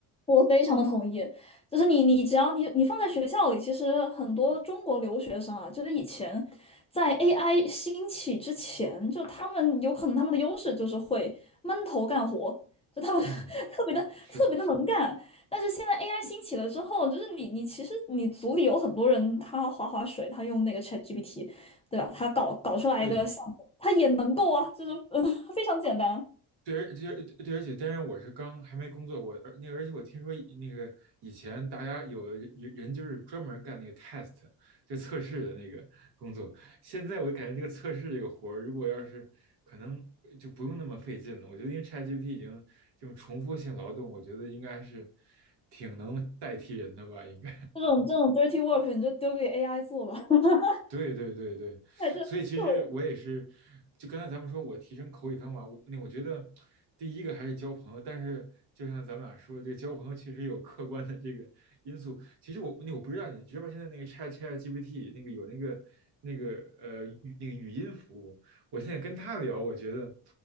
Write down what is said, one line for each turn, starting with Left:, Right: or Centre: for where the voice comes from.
Left: 我非常的同意，就是你，你只要你你放在学校里，其实很多中国留学生啊，就是以前在 AI 兴起之前，就他们有可能他们的优势就是会闷头干活，就他们
Right: 嗯，
Left: <laughs> 特别的特别的能干。
Right: 是的，
Left: 但是现在 AI 兴起了之后，就是你你其实你组里有很多人，他划划水，他用那个 ChatGPT，对吧？他搞搞出来一个项目，
Right: 对。
Left: 他也能够啊，就是、<laughs> 嗯非常简单。
Right: 对，而且对，而且当然我是刚还没工作过，而那个而且我听说以那个以前大家有的人人就是专门干那个 test 就测试的那个工作，现在我感觉这个测试这个活儿，如果要是可能就不用那么费劲了。我觉得因为 ChatGPT 已经这种重复性劳动，我觉得应该是挺能代替人的吧，应该。
Left: 这种这种 dirty work 你就丢给 AI 做吧。<laughs>
Right: 对对对对，
Left: 对，这这种
Right: 所以其实我也是，就刚才咱们说我提升口语方法，我那我觉得第一个还是交朋友，但是就像咱们俩说的，这个交朋友确实有客观的这个因素。其实我那我不知道你知不知道现在那个 Chat Chat GPT 那个有那个那个呃语那个语音服务，我现在跟他聊，我觉得